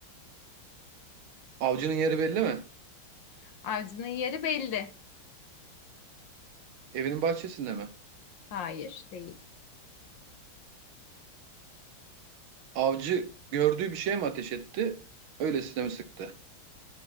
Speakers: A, on the right; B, on the left.
A: Avcının yeri belli mi?
B: Avcının yeri belli.
A: Evinin bahçesinde mi?
B: Hayır, değil.
A: Avcı gördüğü bir şeye mi ateş etti? Öylesine mi sıktı?